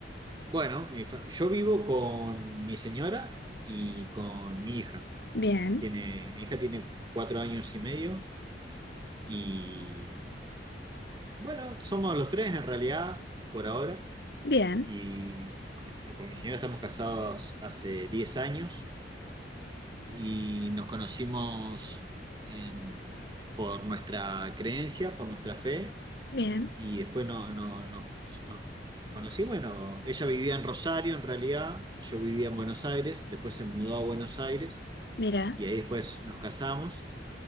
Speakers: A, on the right; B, on the left.
A: Bueno, mi fa- yo vivo con mi señora y con mi hija.
B: Bien,
A: Tiene, mi hija tiene cuatro años y medio. Y Bueno, somos los tres en realidad, por ahora.
B: bien,
A: Y con, este- con mi señora estamos casados hace 10 años y nos conocimos em, por nuestra creencia, por nuestra fe.
B: bien.
A: Y después no, no- no- nos conocimos. Bueno, ella vivía en Rosario en realidad, yo vivía en Buenos Aires, después se mudó a Buenos Aires
B: Mira.
A: y ahí después nos casamos.